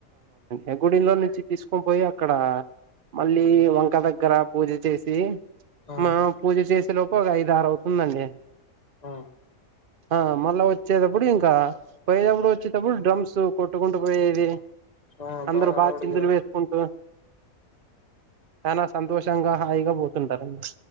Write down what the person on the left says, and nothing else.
ఆ
ఆ
ఆ
బాగా హడావుడిగా